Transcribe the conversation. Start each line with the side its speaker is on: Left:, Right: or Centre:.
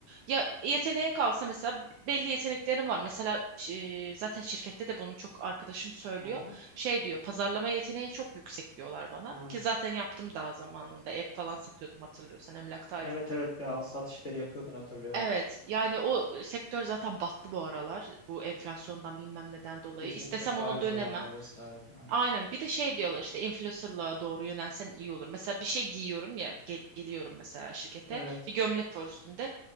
Right: Ya yeteneğe kalsa mesela belli yeteneklerim var. Mesela e, zaten şirkette de bunu çok arkadaşım söylüyor.
Left: Hı hı,
Right: Şey diyor, pazarlama yeteneğin çok yüksek diyorlar bana.
Left: evet.
Right: Ki zaten yaptım daha zamanında. Ev falan satıyordum hatırlıyorsan, emlaktaydım.
Left: Evet evet bir al sat işleri yapıyordun hatırlıyorum.
Right: Evet yani o sektör zaten battı bu aralar. Bu enflasyondan bilmem neden dolayı.
Left: Kesinlikle
Right: İstesem
Left: faiz
Right: ona dönemem.
Left: oranları vesaire. Aynı.
Right: Aynen bir de şey diyorlar işte influencer'lığa doğru yönelsen iyi olur. Mesela bir şey giyiyorum ya gel- geliyorum mesela şirkete
Left: Evet.
Right: bir gömlek var üstümde.